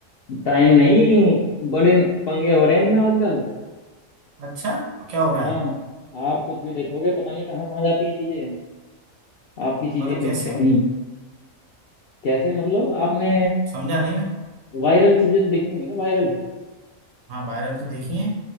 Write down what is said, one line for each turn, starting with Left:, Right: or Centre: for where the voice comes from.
Left: टाइम नहीं बड़े पंगे हो रहे हैं इनमें आजकल
Right: अच्छा क्या हो रहा
Left: हाँ
Right: है
Left: आप कुछ भी देखोगे पता नहीं कहाँ कहाँ जाती हैं चीज़ें आपकी चीज़ें
Right: मतलब
Left: कहीं
Right: कैसे
Left: से कहीं कैसे मतलब आपने
Right: समझा नहीं मैं
Left: वायरल चीज़ें तो देखी होंगी ना वायरल
Right: हाँ वायरल तो देखी है